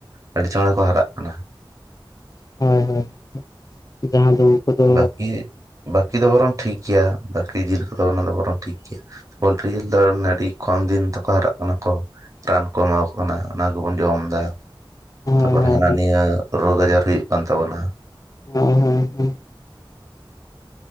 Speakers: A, on the right; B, on the left.
A: ᱟᱹᱰᱤ ᱪᱚᱸᱬᱮ ᱠᱚ ᱦᱟᱨᱟᱜ ᱠᱟᱱᱟ᱾
B: ᱦᱩᱸ ᱦᱩᱸ ᱡᱟᱦᱟᱸ ᱫᱚ ᱫᱚ
A: ᱵᱟᱹᱠᱤ ᱵᱟᱹᱠᱤ ᱫᱚ ᱵᱚᱨᱚᱝ ᱴᱷᱤᱠ ᱜᱮᱭᱟ ᱵᱟᱹᱠᱤ ᱡᱤᱞ ᱠᱚᱫᱚ ᱚᱱᱟ ᱫᱚ ᱵᱚᱨᱚᱝ ᱴᱷᱤᱠ ᱜᱮᱭᱟ᱾ ᱯᱳᱞᱴᱨᱤ ᱡᱤᱞ ᱫᱚ ᱟᱱᱮ ᱟᱹᱰᱤ ᱠᱚᱢ ᱫᱤᱱ ᱛᱮᱠᱚ ᱦᱟᱨᱟᱜ ᱠᱟᱱᱟ ᱠᱚ᱾ ᱨᱟᱱ ᱠᱚ ᱮᱢᱟᱣ ᱠᱚ ᱠᱟᱱᱟ ᱚᱱᱟ ᱜᱮ ᱵᱚᱱ ᱡᱚᱢ ᱫᱟ᱾
B: ᱦᱳᱭ ᱦᱳᱭ
A: ᱛᱟᱯᱚᱨᱮ ᱦᱟᱱᱟ ᱱᱤᱭᱟᱹ ᱨᱳᱜᱽ ᱟᱡᱟᱨ ᱦᱩᱭᱩᱜ ᱠᱟᱱ ᱛᱟᱵᱚᱱᱟ᱾
B: ᱦᱩᱸ ᱦᱩᱸ